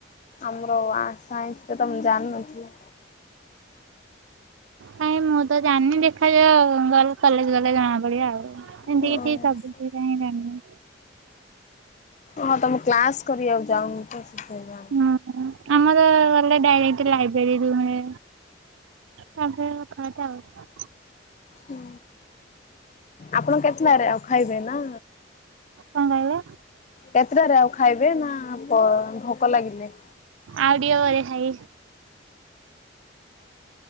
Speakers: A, on the left; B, on the right.
A: ଆମର ଆର୍ଟ ସାଇନ୍ସ ରେ ତମ ଜାଣିନଥିଲେ।
B: କାଇଁ ମୁଁ ତ ଜାଣିନି। ଦେଖାଯାଉ ଗଲେ କଲେଜ ଗଲେ ଜଣା ପଡିବ ଆଉ। ଏମିତି
A: ହଁ
B: କିଛି ସବୁଟା ହିଁ ଜାଣିନି।
A: ହଁ ତମେ କ୍ଲାସ କରିବାକୁ ଯାଉନି ତ ସେଇଥି ପାଇଁ।
B: ହୁଁ ଆମର ଗଲେ ଡାଇରେକ୍ଟ ଲାଇବ୍ରେରୀ ରୁ ରୁହେ। ତାପରେ ଥା ଆଉ।
A: ହୁଁ ଆପଣ କେତେଲାରେ ଆଉ ଖାଇବେ ନା।
B: କଣ କହିଲ?
A: କେତେଟାରେ ଆଉ ଖାଇବେ ନା ଭୋକ ଲାଗିଲେ।
B: ଆଉ ଟିକେ ବେଳେ ଖାଇବି।